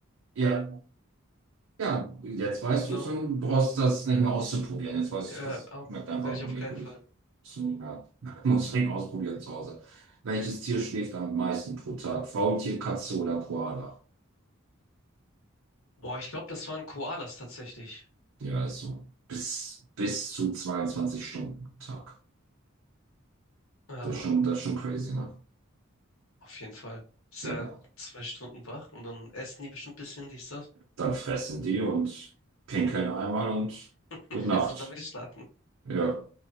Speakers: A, on the right; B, on the left.
A: Ja, Ja, jetzt
B: No,
A: weißt
B: no,
A: du es und brauchst das nicht
B: äh,
A: mehr auszuprobieren. Jetzt weißt
B: äh,
A: du es,
B: au-
A: schmeckt einfach
B: werde ich
A: nur
B: auf
A: ekelig.
B: keinen Fall.
A: So, ja, <laughs> musst du ihn ausprobieren zu Hause. Welches Tier schläft am meisten pro Tag? Faultier, Katze oder Koala?
B: Boah, ich glaube, das waren Koalas tatsächlich.
A: Ja, ist so. Bis, bis zu 22 Stunden am Tag.
B: Ja,
A: Das ist schon, das ist schon crazy, ne?
B: auf jeden Fall. Ich
A: Ja,
B: war zwei Stunden wach und dann essen die bestimmt ein bisschen, dies, das.
A: dann fressen die und pinkeln einmal und
B: <laughs>
A: gute Nacht.
B: Und dann will ich schlafen.
A: Ja,